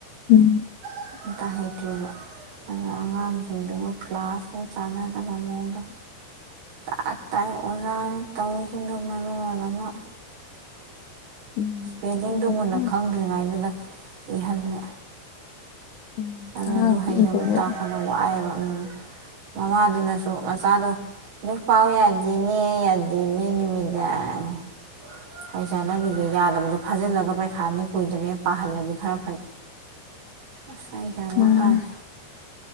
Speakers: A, on the left; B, on the right.
A: ꯎꯝ
B: ꯑꯝꯃꯥ ꯇꯥꯍꯩꯇꯔ꯭ꯦꯕ ꯑꯗꯣ ꯑꯉꯥꯡꯁꯤꯡꯗꯨꯒ ꯀ꯭ꯂꯥꯁꯀ ꯆꯥꯟꯅꯗꯕ ꯃꯑꯣꯡꯗ ꯇꯥꯛ ꯇꯥꯏ ꯑꯣꯖꯥꯅꯤ ꯇꯧꯔꯤꯁꯤꯡꯗꯨ ꯃꯔꯣꯜ ꯑꯃ
A: ꯎꯝ
B: ꯄꯦꯂꯤꯡꯗꯣ
A: ꯑꯗꯨꯕꯨꯗꯤ
B: ꯃꯨꯟꯅ ꯈꯪꯗ꯭ꯔꯤꯉꯩꯗꯨꯗ ꯏꯍꯜꯂꯦ
A: ꯎꯝ
B: ꯑꯗꯨꯅ
A: ꯑꯉꯥꯡ
B: ꯑꯗꯨ
A: ꯄꯤꯛꯏꯕꯒꯤ
B: ꯍꯩꯅꯕꯨ ꯇꯥꯛꯄꯅ ꯋꯥꯑꯦꯕ ꯎꯝ ꯃꯃꯥꯗꯨꯅꯁꯨ ꯃꯆꯥꯗꯣ ꯂꯥꯏꯛ ꯄꯥꯎ ꯌꯥꯗꯦꯅꯦ ꯌꯥꯗꯦꯅꯤ ꯅꯨꯃꯤꯗꯥꯡ ꯀꯩ ꯆꯥꯅꯔꯤꯒꯦ ꯌꯥꯗꯕꯗꯣ ꯐꯥꯖꯤꯜꯂꯒ ꯄꯩꯈꯥꯅꯤ ꯀꯨꯏꯗ꯭ꯔꯦ ꯄꯥꯍꯜꯂꯗꯤ ꯈꯔ ꯐꯩ
A: <inaudible>
B: ꯑꯁ ꯑꯩ ꯒꯌ꯭ꯥꯟꯒ
A: ꯃꯥꯅꯤ
B: ꯑꯃ ꯇꯥꯥꯗꯦ